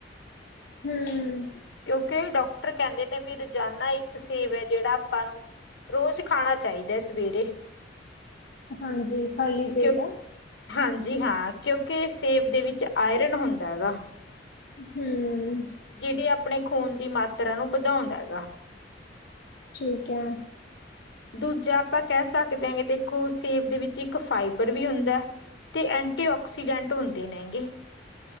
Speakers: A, on the left; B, on the left.
A: ਹੂੰ,,,
B: ਕਿਉਂਕਿ ਡਾਕਟਰ ਕਹਿਦੇ ਨੇ ਵੀ ਰੋਜ਼ਾਨਾ ਇੱਕ ਸੇਵ ਹੈ। ਜਿਹੜਾ ਆਪਾਂ ਨੂੰ- ਰੋਜ਼ ਖਾਣਾ ਚਾਹੀਦਾ ਸਵੇਰੇ-
A: ਹਾਂਜੀ ਖਾਲੀ ਪੇਟ
B: ਕਿਉਂ
A: ਆ।
B: ਹਾਂਜੀ ਹਾਂ ਕਿਉਂਕਿ ਸੇਬ ਦੇ ਵਿਚ ਆਇਰਨ ਹੁੰਦਾ ਹੈਗਾ।
A: ਹੂੰ,,,
B: ਜਿਹੜੀ ਆਪਣੇ ਖੂਨ ਦੀ ਮਾਤਰਾ ਨੂੰ ਵਧਾਉਦਾ ਹੈਗਾ।
A: ਠੀਕ ਹੈ।
B: ਦੂਜਾ ਆਪਾਂ ਕਹਿ ਸਕਦੇ ਹਾਂ ਕਿ ਦੇਖੋ ਸੇਬ ਦੇ ਵਿਚ ਇਕ ਫਾਈਬਰ ਵੀ ਹੁੰਦਾ। ਤੇ ਐਂਟੀਆਕਸੀਡੈਂਟ ਹੁੰਦੇ ਨੇ ਗੇ।